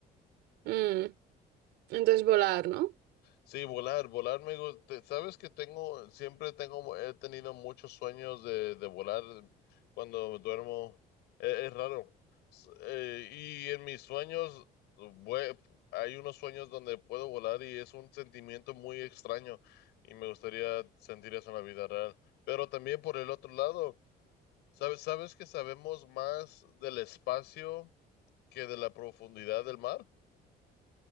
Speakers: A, on the right; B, on the left.
A: mm. Entonces, volar, ¿no?
B: Sí, volar, volar me gusta. Sabes que tengo, siempre tengo, he tenido muchos sueños de, de volar cuando duermo. E- Es, raro. S- eh, y en mis sueños, vue- hay unos sueños donde puedo volar y es un sentimiento muy extraño y me gustaría sentir eso en la vida real. Pero también por el otro lado, sabes, sabes que sabemos más del espacio que de la profundidad del mar.